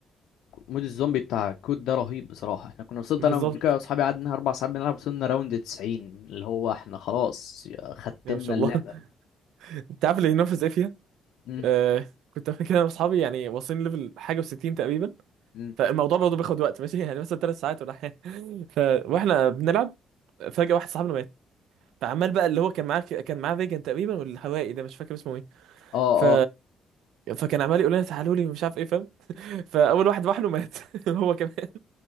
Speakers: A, on the left; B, on the right.
A: مود الزومبي بتاع كود ده رهيب بصراحة احنا كنا وصلت
B: بالظبط
A: انا قبل كده واصحابي قعدنا اربع ساعات بنلعب وصلنا راوند 90 اللي هو احنا خلاص يا- ختمنا
B: يا ما شاء
A: اللعبة
B: الله <laughs> انت عارف اللي ينافس ايه فيها
A: امم
B: آه، كنت قبل كده انا واصحابي يعني واصلين ليفل حاجه و60 تقريبا
A: امم
B: فالموضوع برضه بياخد وقت ماشي يعني مثلا ثلاث ساعات ولا حاجه <laughs> ف... واحنا بنلعب فجاه واحد صاحبنا فعمال بقى اللي هو كان معاه كان معاه فيجن تقريبا والهوائي ده مش فاكر اسمه ايه
A: اه
B: ف...
A: اه
B: فكان عمال يقول لنا تعالوا لي ومش عارف ايه فاهم فاول واحد راح له مات <laughs> هو كمان